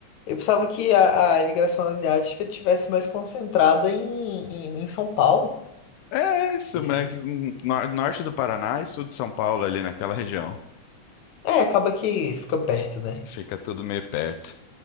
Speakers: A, on the left; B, on the left.
A: Eu pensava que a, a imigração asiática tivesse mais concentrada em, em, em São Paulo,
B: É é isso,
A: assim.
B: né? que no- Norte do Paraná e sul de São Paulo, ali naquela região.
A: É, acaba que fica perto, né?
B: Fica tudo meio perto.